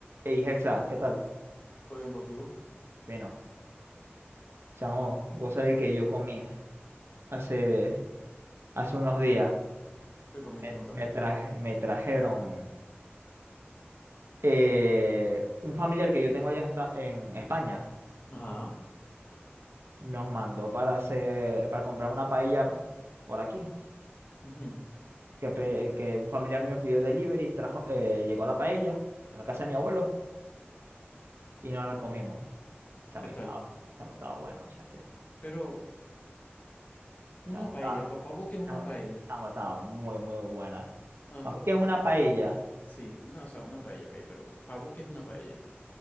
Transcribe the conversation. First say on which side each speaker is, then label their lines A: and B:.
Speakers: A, on the right; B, on the left.
A: Ey, Hexa, ¿qué tal?
B: ¿Todo bien, papi? ¿Vos?
A: Bueno, chamo, vos sabés que yo comí hace, hace unos días.
B: ¿Qué comiste?
A: Me,
B: Contame.
A: me, traje- me trajeron eh, un familiar que yo tengo allá está en España.
B: Ajá.
A: Nos mandó para hacer, para comprar una paella por aquí.
B: ujú,
A: Que, pe- que un familiar mío pidió delivery, trajo, eh, llegó la paella en la casa de mi abuelo y nos la comimos. Chamo,
B: ¿Qué
A: y
B: tal?
A: estaba, chamo, estaba bueno, chaste.
B: Pero una
A: Chamo,
B: paella,
A: estaba,
B: pa- ¿pa' vos qué es
A: chamo,
B: una paella?
A: chamo, estaba muy, muy buena.
B: Ah,
A: Para mí que es una paella.
B: sí, no, o sea, una paella, ok, pero ¿pa' vos qué es una paella?